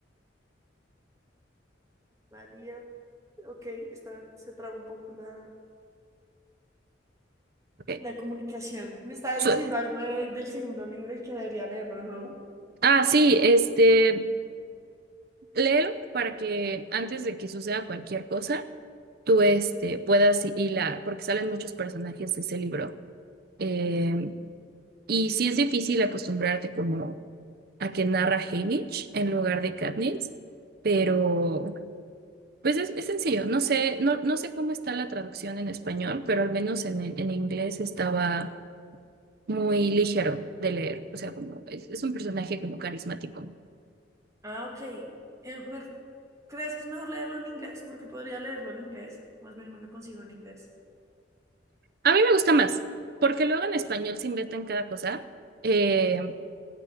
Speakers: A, on the right; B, on the right.
A: María, ok, está, se traba un poco la,
B: Ok,
A: la comunicación. Me estabas
B: suele.
A: diciendo algo de- del segundo libro y que debería leerlo de nuevo.
B: Ah, sí, este, léelo para que antes de que suceda cualquier cosa, tú este, puedas hilar, porque salen muchos personajes de ese libro. Eh, y sí es difícil acostumbrarte como a que narra Haymitch en lugar de Katniss, pero pues es, es sencillo. No sé, no, no sé cómo está la traducción en español, pero al menos en, en inglés estaba muy ligero de leer. O sea, como es, es un personaje como carismático.
A: Ah, ok. Eh, me- ¿crees que es mejor leerlo en inglés? Porque podría leerlo en inglés. Más bien me lo consigo en inglés.
B: A mí me gusta más, porque luego en español se inventan cada cosa. Eh,